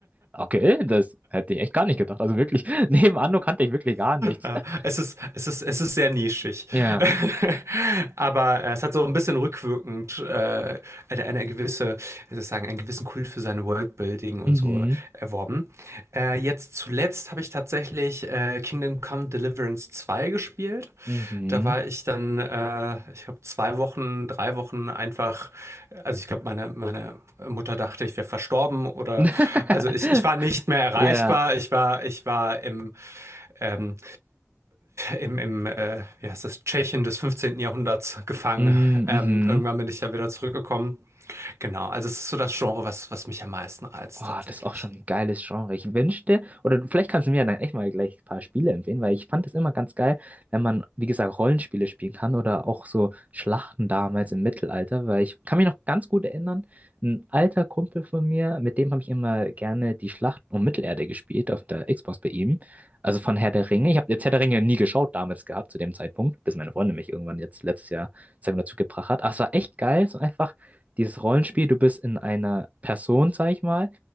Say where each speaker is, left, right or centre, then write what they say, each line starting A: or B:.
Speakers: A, on the right; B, on the right.
A: Okay, das hätte ich echt gar nicht gedacht. Also wirklich, <laughs> neben Anno kannte ich wirklich gar nichts.
B: Äh,
A: <laughs>
B: Es ist, es ist, es ist sehr nischig.
A: Ja.
B: <laughs> Aber äh, es hat so ein bisschen rückwirkend äh, eine, eine gewisse, wie soll ich sagen, einen gewissen Kult für sein Worldbuilding und
A: Mhm.
B: so erworben. Äh, jetzt zuletzt habe ich tatsächlich äh, Kingdom Come Deliverance zwei gespielt.
A: Mhm.
B: Da war ich dann, äh, ich habe zwei Wochen, drei Wochen einfach, also ich glaube, meine, meine Mutter dachte, ich wäre verstorben oder,
A: <laughs>
B: also ich, ich war nicht mehr erreichbar.
A: Ja.
B: Ich war, ich war im, ähm, im, im äh, wie heißt das, Tschechien des 15. Jahrhunderts gefangen.
A: Mhm.
B: Ähm,
A: mhm.
B: irgendwann bin ich ja wieder zurückgekommen. Genau, also es ist so das Genre, was, was mich am meisten reizt
A: Boah,
B: tatsächlich.
A: das ist auch schon ein geiles Genre. Ich wünschte, oder vielleicht kannst du mir dann echt mal gleich ein paar Spiele empfehlen, weil ich fand das immer ganz geil, wenn man, wie gesagt, Rollenspiele spielen kann oder auch so Schlachten damals im Mittelalter, weil ich kann mich noch ganz gut erinnern, ein alter Kumpel von mir, mit dem habe ich immer gerne die Schlacht um Mittelerde gespielt auf der Xbox bei ihm, also von Herr der Ringe. Ich habe jetzt Herr der Ringe nie geschaut damals gehabt zu dem Zeitpunkt, bis meine Freundin mich irgendwann jetzt letztes Jahr, sagen wir, dazu gebracht hat. Ach, es war echt geil, so einfach dieses Rollenspiel, du bist in einer Person, sag ich mal